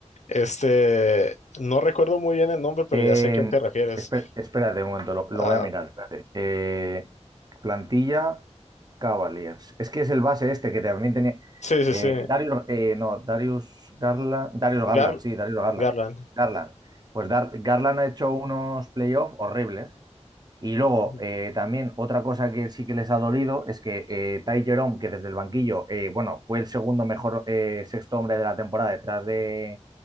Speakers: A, on the left (about 75°); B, on the right (about 35°).
A: Este, no recuerdo muy bien el nombre, pero
B: Eh,
A: ya sé a quién te refieres.
B: esper- espérate un momento, lo, lo
A: Ah,
B: voy a mirar. espérate. Eh, plantilla Cavaliers. Es que es el base este que también tenía.
A: sí, sí,
B: eh,
A: sí.
B: Darius, eh, no, Darius Garland. Darius
A: Gar
B: Garland, sí, Darius Garland.
A: Garland.
B: Garland. Pues Dar- Garland ha hecho unos playoffs horribles. Y luego,
A: Ujú.
B: eh, también otra cosa que sí que les ha dolido es que eh, Ty Jerome, que desde el banquillo, eh, bueno, fue el segundo mejor eh, sexto hombre de la temporada detrás de,